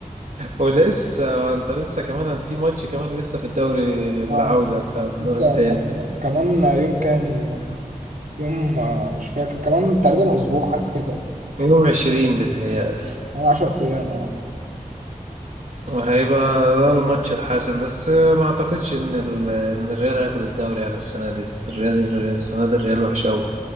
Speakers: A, on the right; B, on the right.
A: ولسه انت لسه كمان في ماتش كمان لسه في الدوري العوده
B: اه
A: بتاع الدور
B: لسه
A: الثاني
B: كمان كمان يوم كام يوم آه، مش فاكر كمان تقريبا اسبوع حاجه كده
A: يوم 20 بيتهيألي
B: كمان 10 ايام اه
A: وهيبقى ده الماتش الحاسم بس ما اعتقدش ان ال... ان الريال هياخد الدوري يعني السنه دي الريال الريال- السنه دي الريال وحش قوي